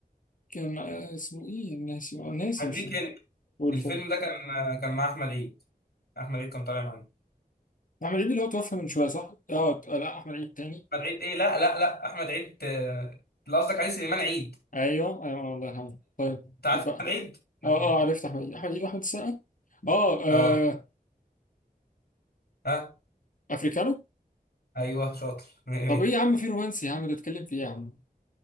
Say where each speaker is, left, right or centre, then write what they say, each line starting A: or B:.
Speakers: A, on the left; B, on the left.
A: كان مع- اسمه ايه ناسي آه، ناسي
B: هديك
A: مش
B: هنا
A: قول
B: الفيلم
A: طيب
B: ده كان كان مع احمد عيد احمد عيد كان طالع معايا
A: احمد عيد اللي هو توفى من شويه صح؟ اه لا احمد عيد تاني
B: احمد عيد ايه لا لا لا احمد عيد آه، اللي قصدك عليه سليمان عيد
A: ايوه ايوه الله يرحمه طيب
B: انت عارف
A: يبقى
B: احمد عيد لا.
A: اه اه عرفت احمد عيد احمد عيد واحمد السقا اه آه،
B: اه ها
A: افريكانو
B: ايوه شاطر <laughs> ايه
A: طب ايه يا عم في رومانسي يا عم بتتكلم في ايه يا عم؟